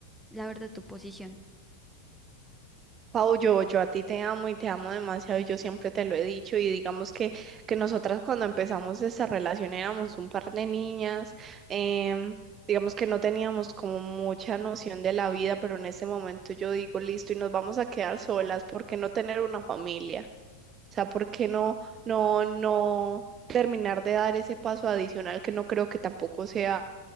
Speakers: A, in the centre; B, on the right (about 25°).
A: la verdad tu posición,
B: Pau, yo, yo a ti te amo y te amo demasiado y yo siempre te lo he dicho y digamos que, que nosotras cuando empezamos esta relación éramos un par de niñas, em, digamos que no teníamos como mucha noción de la vida, pero en este momento yo digo, listo, y nos vamos a quedar solas, ¿por qué no tener una familia? O sea, ¿por qué no, no, no terminar de dar ese paso adicional que no creo que tampoco sea